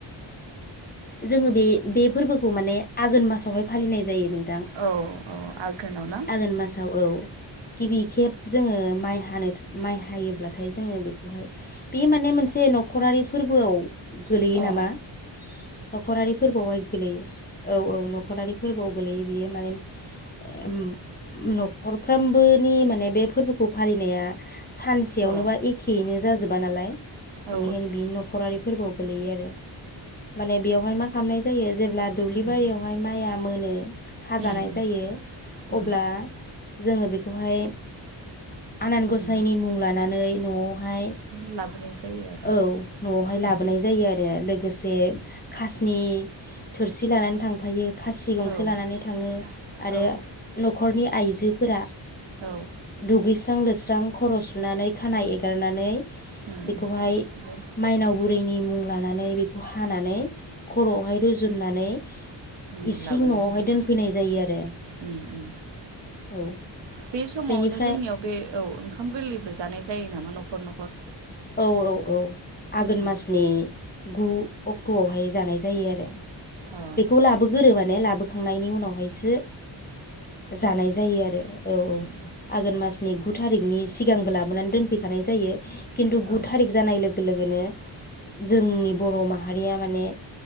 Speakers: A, on the left; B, on the right.
A: जोंङो बे बे फोरबोखौ माने आघोन मासावहाय फालिनाय जायो। थां
B: औ औ आघोनाव ना
A: आगोन मासाव औ गिबि केस जोङो। माइ हानो माइ हायोब्लाथाय जोंङो बेखौहाय बे माने मोनसे न'खरारि फोरबोआव गोलैयो नामा।
B: औ
A: न'खरारि फोरबोआवहाय गोलैयो औ औ। न'खरारि फोरबोआव गोलैयो बियो माने उम न'खरफ्रामबोनि माने बे फोरबोखौ फालिनाया। सानसेयावनोबा
B: औ
A: एखेयैनो जाजोब बा नालाय। बेनिखायनो
B: औ
A: बि न'खरारि फोरबोआव गोलैयो आरो माने बेयावहाय मा खालामनाय जायो जेब्ला दुब्लि
B: उम
A: बारियावहाय माइ आ मोनो। हाजानाय
B: उम
A: जायो
B: उम
A: अब्ला जोंङो बेखौहाय आनान गसाइनि
B: उम
A: मुं लानानै न' बेहाय
B: उम लाबोनाय जायो आरो
A: औ न'आवहाय लाबोनाय
B: उम
A: जायो आरो लोगोसे खासनि थोरसि लानानै थांफायो खासि गंसे
B: औ
A: लानानै थांङो आरो
B: औ
A: न'खरनि आइजोफोरा
B: औ
A: दुगै सो खां लोबस्रां खर' सुनानै खानाया एगारनानै
B: उम
A: बेखौहाय
B: बे
A: माइनावबो बेनि मुं लानानै बेखौ हानानै खर'आवहाय रुजुननानै
B: उम
A: इसिं
B: लाबोनाय
A: न'आवहाय
B: जायो
A: दोनफैनाय जायो आरो
B: उम उम
A: औ
B: बे समावनो
A: बेनिफ्राय
B: जोंनियाव बे औ ओंखाम गोरलैबो जानाय जायो नामा न' न'खर न'खर
A: औ औ औ आघोन
B: औ
A: मासनि गु अक्ट'आवहाय जानाय जायो आरो
B: औ
A: बेखौ लाबोगोरो मोन ने लाबोखांनायनि उनावहायसो जानाय जायो आरो औ औ
B: उम
A: आघोन मासनि गु थारिखनि सिगांबो लाबोनान दोनफैखानाय जायो खिन्थु गु
B: औ
A: थारिख जानाय लोग लोगो लोगोनो जोंनि बर' माहारिया माने